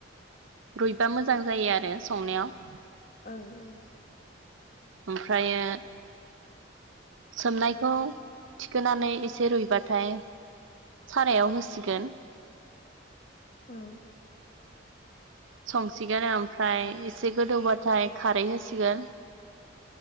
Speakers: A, on the right (about 80°); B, on the left (about 45°).
A: रुइबा मोजां जायो आरो संनायाव।
B: ओं ओं।
A: ओमफ्रायो सोमनायखौ थिखोनानै एसे रुइबाथाय सारायाव होसिगोन।
B: औ
A: संसिगोन ओमफ्राय एसे गोदौबाथाय खारै होसिगोन